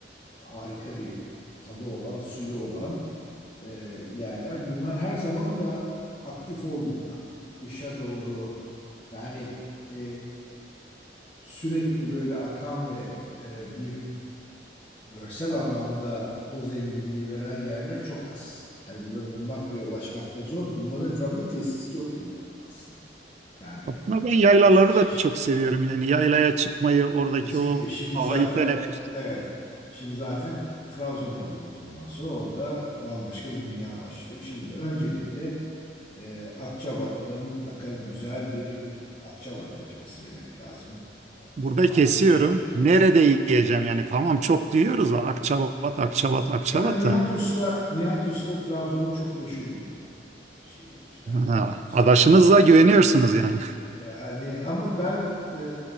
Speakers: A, on the left; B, on the right.
A: harika bir tadı olan, suyu olan e, yerler. Bunlar her zaman da aktif olmuyorlar. Kışa doğru yani e, sürekli böyle akan ve e, bir görsel anlamda o zenginliği veren yerler çok az. Yani bunları bulmak ve ulaşmak da zor. Bunların etrafında tesis yok aslında. Yani
B: Aslında
A: o kadar
B: ben yaylaları
A: tesisleşmiş
B: da çok
A: yer. yok.
B: seviyorum. Yani yaylaya çıkmayı, oradaki
A: Kesinlikle
B: o
A: şimdi
B: havayı
A: zaten
B: teneffüs
A: evet şimdi zaten Trabzon'a gidiyoruz ondan sonra orada bambaşka bir dünya başlıyor. Şimdi öncelikle e, Akçabat'ta mutlaka güzel bir e, Akçabat köftesi yemek lazım. E,
B: Burada
A: çok farklı
B: kesiyorum.
A: bir şey.
B: Nerede yiyeceğim yani? Tamam çok duyuyoruz da Akçabat, Akçabat, Akçabat
A: Ya Nihat
B: da.
A: Usta, Nihat Usta Trabzon'un çok meşhur bir yeri. e, şeyidir yani
B: Ha,
A: restorandır.
B: adaşınıza güveniyorsunuz yani.
A: Yani ama ben e,